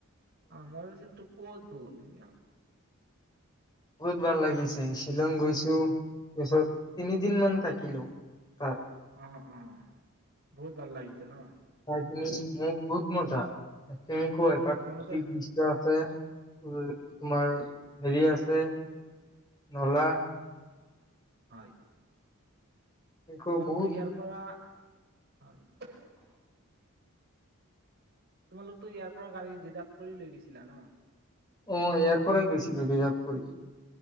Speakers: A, on the right; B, on the left.
A: অ মই ভাবিছিলোঁ তোক ক'ত গ'ল ইয়াৰ?
B: বহুত ভাল লাগিছে শ্বিলং গৈছো, তাৰপিছত তিনিদিন মান থাকিলো। তাত
A: অ অ, বহুত ভাল লাগিছে ন?
B: তুমি, মোক বহুত মজা। তেনেকুৱাই
A: অ
B: প্ৰাকৃতিক
A: তোমালোকে
B: দৃশ্য আছে, উ তোমাৰ, হেৰি আছে ছে, নলা
A: হয়।
B: আকৌ
A: তোমালকতো
B: বহুত
A: ইয়াৰ পৰা, হয়। তোমালোকতো ইয়াৰ পৰা গাড়ী ৰিজাৰ্ভ কৰি লৈ গৈছিলা ন?
B: অ', ইয়াৰ পৰাই গৈছিলো ৰিজাৰ্ভ কৰি।